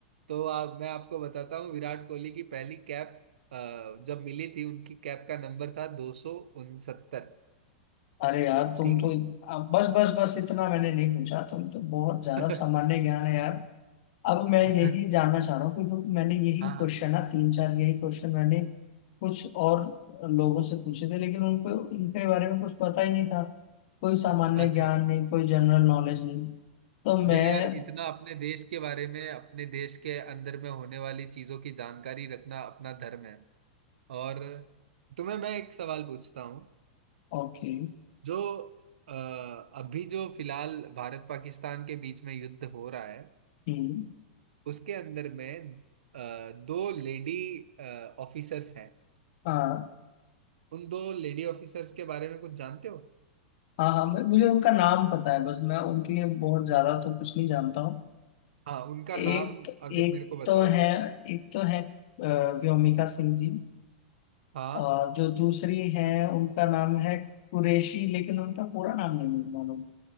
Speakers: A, on the right; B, on the left.
A: तो आप मैं आपको बताता हूँ विराट कोहली की पहली कैप अ, जब मिली थी उनकी कैप का नंबर था दो सौ उनसत्तर
B: अरे यार तुम
A: ठीक
B: तो
A: है
B: आ, बस बस बस इतना मैंने नहीं पूछा तुम तो बहुत ज्यादा
A: <laughs>
B: सामान्य ज्ञान है यार अब मैं यही
A: हाँ
B: जानना चाह रहा हूँ क्योंकि मैंने यही
A: हाँ
B: क्वेश्चन ना तीन चार यही क्वेश्चन मैंने कुछ और लोगों से पूछे थे लेकिन उनको इनके बारे में कुछ पता ही नहीं था कोई सामान्य
A: अच्छा
B: ज्ञान नहीं कोई जनरल नॉलेज नहीं तो मैं
A: नहीं यार इतना अपने देश के बारे में अपने देश के अंदर में होने वाली चीजों की जानकारी रखना अपना धर्म है और तुम्हें मैं एक सवाल पूछता हूँ
B: ओके
A: जो अ, अभी जो फिलहाल भारत पाकिस्तान के बीच में युद्ध हो रहा है
B: हम्म
A: उसके अंदर में अ, दो लेडी ऑफिसर्स हैं
B: हाँ
A: उन दो लेडी ऑफिसर्स के बारे में कुछ जानते हो
B: हाँ हाँ मैं- मुझे उनका नाम पता है बस मैं उनके लिए बहुत ज्यादा तो कुछ नहीं जानता हूँ
A: हाँ उनका
B: एक
A: नाम
B: तो
A: अगर
B: एक
A: मेरे को बताओ
B: तो है
A: तो
B: एक तो है अ, व्योमिका सिंह जी
A: हाँ
B: और जो दूसरी है उनका नाम है कुरैशी लेकिन उनका पूरा नाम नहीं मालूम